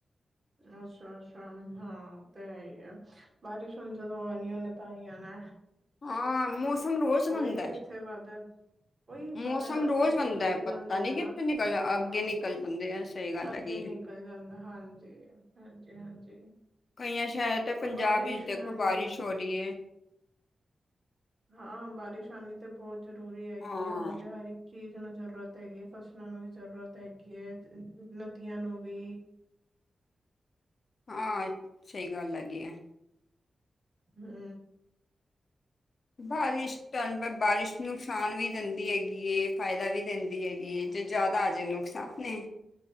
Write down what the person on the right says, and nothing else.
ਅੱਛਾ, ਅੱਛਾ ਹਾਂ ਤੇ ਹੈਹੀ ਹੈ। ਬਾਰਿਸ਼ ਹੁਣ ਜਦੋਂ ਆਉਣੀ ਓਨੇ ਤਾਂ ਹੀ ਆਣਾ।
ਓਹੀ
ਕਿੱਥੇ ਬਾਦਲ? ਉਹੀ
ਬਾਦਲ ਆ
ਕੇ ਅੱਗੇ
ਲੰਘ
ਜਾਂਦੇ
ਨੇ
ਨਾ
ਹਾਂ
ਹਾਂ।
ਅੱਗੇ
ਨਿਕਲ
ਜਾਂਦਾ ਹਾਂਜੀ, ਹਾਂਜੀ ਹਾਂਜੀ।
ਬਾਰਿਸ਼
ਹਨੀ
ਵੀ
ਹਾਂ, ਬਾਰਿਸ਼ ਆਨੀ ਤੇ ਬਹੁਤ ਜ਼ਰੂਰੀ ਹੈਗੀ
ਹੈ। ਹੁਣ ਤੇ ਹਰ ਚੀਜ਼ ਨੂੰ ਜਰੂਰਤ ਹੈਗੀ ਹੈ, ਫਸਲਾਂ ਨੂੰ ਵੀ ਜ਼ਰੂਰਤ ਹੈਗੀ ਹੈ, ਨਦੀਆਂ ਨੂੰ ਵੀ।
ਹੂੰ।